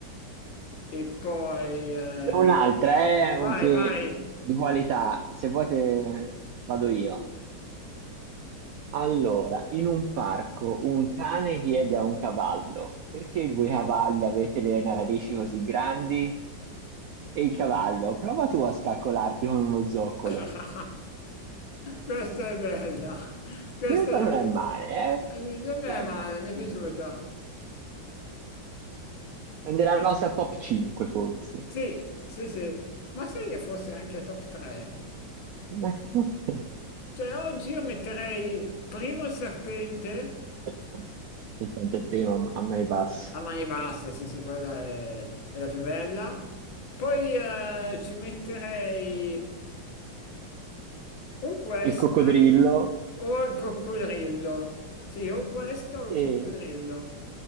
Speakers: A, on the left; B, on the right.
A: E poi... eh,
B: Ne ho Un'altra è
A: Vai,
B: che
A: vai.
B: di qualità, se vuoi te- vado io. Allora, in un parco un cane chiede a un cavallo, perché voi cavalli avete le narici così grandi? E il cavallo, prova tu a scaccolarti con uno zoccolo.
A: <laughs> Questa è bella. Questa
B: Questa
A: è...
B: non è male, eh?
A: Non mi
B: Non
A: è
B: è
A: male,
B: male.
A: mi è piaciuta.
B: È nella
A: Questa-
B: nostra top 5 forse.
A: Sì, sì, sì. Ma sai che forse anche top 3?
B: Ma che cos'è?
A: Cioè oggi io metterei primo il serpente
B: Aspetta, aspetta, il primo a mani basse.
A: a mani basse, sì sì, quella è, è la più bella. Poi eh, ci metterei o questa
B: Il coccodrillo
A: o il coccodrillo. Sì, o questo o il
B: E
A: coccodrillo.